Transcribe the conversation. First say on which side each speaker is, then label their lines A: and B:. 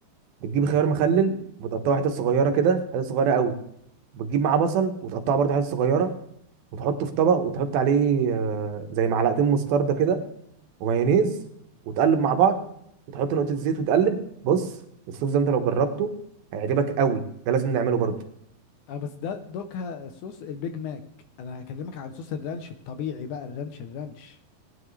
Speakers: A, on the right; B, on the left.
A: بتجيب خيار مخلل وتقطعه حتت صغيره كده حتت صغيره قوي بتجيب معاه بصل وتقطعه برضه حتت صغيره وتحطه في طبق وتحط عليه آه، زي معلقتين مستردة كده ومايونيز وتقلب مع بعض وتحط نقطه زيت وتقلب بص الصوص ده انت لو جربته هيعجبك قوي ده لازم نعمله برضه
B: اه بس ده دوكها صوص البيج ماك انا هكلمك عن صوص الرانش الطبيعي بقى الرانش الرانش